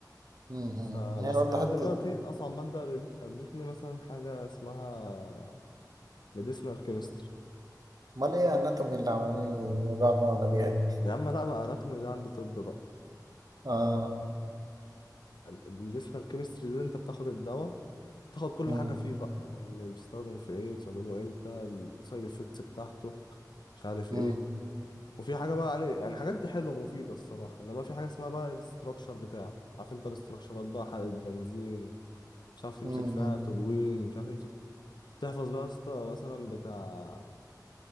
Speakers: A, on the right; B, on the left.
A: مم.
B: فبس
A: هي وضحت
B: لحد دلوقتي أصعب مادة قابلت- قابلتني مثلا حاجة اسمها medicinal chemistry
A: امال ايه اناتومي اللي عمالين يوجعوا دماغنا بيها دي؟
B: يا عم لا بقى anatomy ده عند طب بقى
A: اه
B: الميديسنال كيمستري دي انت بتاخد الدواء تاخد كل
A: مم.
B: حاجة فيه بقى يعني بيستخدم في ايه بتستخدمه امتى السايد افكتس بتاعته مش عارف
A: مم.
B: ايه وفي حاجة بقى يعني يعني حاجات دي حلوة مفيدة الصراحة انما في حاجة اسمها بقى الاستراكشر بتاعه عارف انت الاستراكشرات بقى حرق البنزين مش عارف تمسك
A: مم.
B: فيها تولوين مش عارف تمسك تحفظ بقى يا اسطى مثلا بتاع